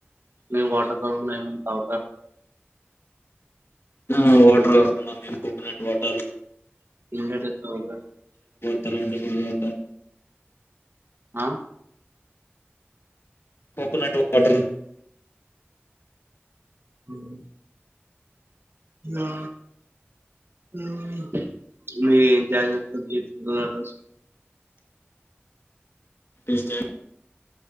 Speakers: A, on the right (about 60°); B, on the left (about 65°).
A: మీరు వాటర్ కాకుండా ఏమన్న తాగుతారు
B: ఆ వాటర్ కాకున్నా మేము కోకోనట్ వాటర్
A: <unintelligible>
B: తలంటే <unintelligible>
A: ఆ
B: కోకోనట్ వాటర్
A: మ్ ఆ మ్ మీర ఎ జాగ్రత్తలు తీసుకుంటున్నారు
B: ఎ జగ్